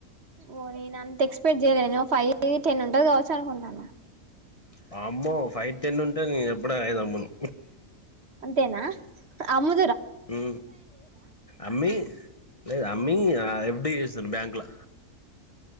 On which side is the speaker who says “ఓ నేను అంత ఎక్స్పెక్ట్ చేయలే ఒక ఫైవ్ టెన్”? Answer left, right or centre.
Right